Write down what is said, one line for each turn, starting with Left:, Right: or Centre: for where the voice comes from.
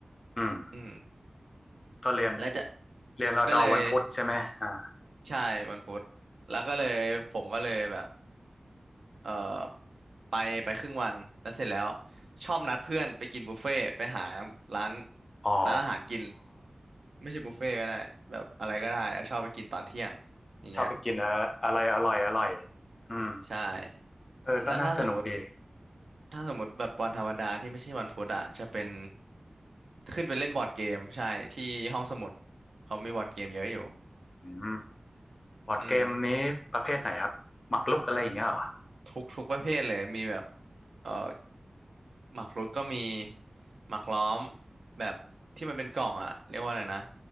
Left: อืม
Right: อืม
Left: ก็เรียน
Right: แล้วจะ
Left: เรียนรอดอวันพุธใช่ไหมอ่า
Right: ก็เลยใช่วันพุธแล้วก็เลยผมก็เลยแบบเออไปไปครึ่งวันแล้วเสร็จแล้วชอบนัดเพื่อนไปกินบุฟเฟ่ต์ไปหาร้าน
Left: อ๋อ
Right: ร้านอาหารกินไม่ใช่บุฟเฟ่ต์ก็ได้แบบอะไรก็ได้อะชอบไปกินตอนเที่ยงอย่างเงี้ย
Left: ชอบไปกินอะอะไรอร่อยอร่อยอืม
Right: ใช่
Left: เออก็น่าสนุกดี
Right: แล้วถ้าสมมติถ้าสมมติแบบวันธรรมดาที่ไม่ใช่วันพุธอ่ะจะเป็นขึ้นไปเล่นบอร์ดเกมใช่ที่ห้องสมุดเขามีบอร์ดเกมเยอะอยู่
Left: อืมบอร์ดเกมนี้ประเภทไหนครับหมากรุกอะไรอย่างเงี้ยเหรอ
Right: อืมทุกทุกประเภทเลยมีแบบเอ่อหมากรุกก็มีหมากล้อมแบบที่มันเป็นกล่องอ่ะเรียกว่าอะไรนะ